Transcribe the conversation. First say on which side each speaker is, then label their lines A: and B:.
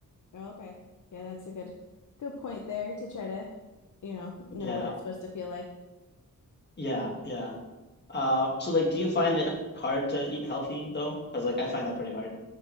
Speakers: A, on the left; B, on the left.
A: Oh, Okay. Yeah, that's a good good point there to try to, you know, know
B: Yeah,
A: what it's supposed to feel like.
B: yeah, yeah. Uh, so like, do you find it hard to eat healthy though? Because like I find that pretty hard.